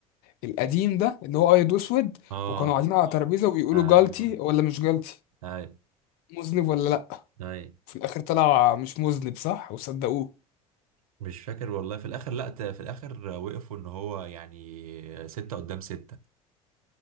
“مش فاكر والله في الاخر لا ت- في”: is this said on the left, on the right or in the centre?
Right